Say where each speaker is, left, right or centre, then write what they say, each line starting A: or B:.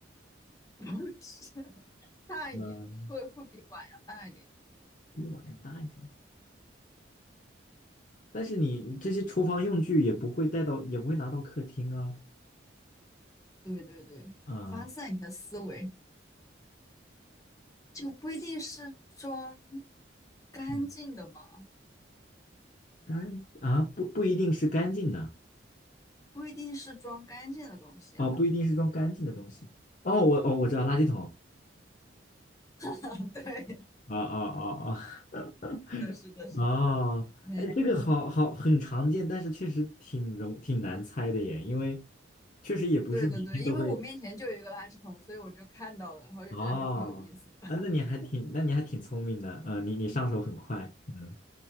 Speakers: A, on the left; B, on the left.
A: <laughs> 是大一点，
B: 嗯、
A: 会会比碗要大一点。
B: 比碗要大一点。但是你这些厨房用具也不会带到，也不会拿到客厅啊，
A: 对对对，
B: 啊、
A: 发散一下思维，就不一定是装干净的嘛。
B: 嗯，干啊，不不一定是干净的
A: 不一定是装干净的东西啊。
B: 哦，不一定是装干净的东西。哦，我哦，我知道垃圾桶。
A: <laughs> 对，
B: 啊啊啊啊 <laughs>
A: 是的，是的，是的。
B: 哦，
A: 没错，
B: 哎，这个好好很常见，但是确实挺容挺难猜的耶，因为确实也不是每天都会。
A: 对对对，因为我面前就有一个垃圾桶，所以我就看到了，然后就觉得还挺有意思的。
B: 哦，
A: <laughs>
B: 啊，那你还挺那你还挺聪明的，嗯、你你上手很快，嗯，